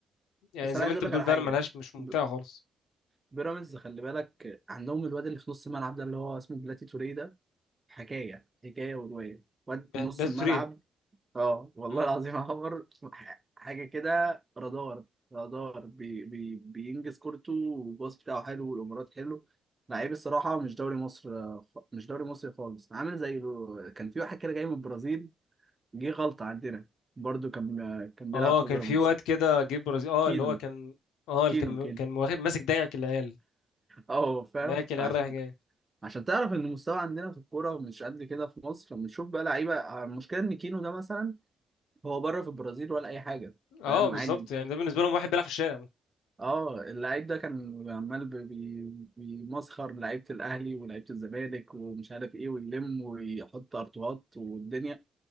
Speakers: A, on the left; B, on the right.
A: يعني
B: بس
A: زي
B: انا
A: ما
B: عايز
A: انت
B: اقول
A: بتقول
B: لك على
A: فعلا
B: حاجة
A: ملهاش مش ممتعة
B: ب-
A: خالص
B: بيراميدز خلي بالك عندهم الواد اللي في نص الملعب ده اللي هو اسمه بلاتي توريه ده حكاية حكاية ورواية واد
A: ب-
B: نص
A: بس
B: الملعب
A: تريه
B: اه والله
A: مم.
B: العظيم عمر ح- حاجه كده رادار رادار بي بي بينجز كورته والباص بتاعه حلو والامارات حلو لعيب الصراحه مش دوري مصر آه، خ- مش دوري مصري خالص عامل زي كان في واحد كده جاي من البرازيل جه غلطه عندنا برضو كان آه، كان بيلعب
A: اه
B: في
A: كان
B: بيراميدز
A: في واد كده جه برازيل اه
B: كينو
A: اللي هو كان اه اللي
B: كينو
A: كان
B: كينو
A: كان واخد ماسك دايعك العيال
B: اه فاهم
A: دايعك العيال
B: عشان
A: رايح جاي
B: عشان تعرف ان المستوى عندنا في الكوره مش قد كده في مصر بنشوف بقى لعيبه آه، المشكله ان كينو ده مثلا هو بره في البرازيل ولا اي حاجه
A: اه
B: فاهم
A: بالظبط
B: عادي
A: يعني ده بالنسبة لهم واحد بيلعب في الشارع
B: اه اللعيب ده كان عمال بي- بي- بيمسخر لعيبه الاهلي ولعيبه الزمالك ومش عارف ايه ويلم ويحط ارتوهات والدنيا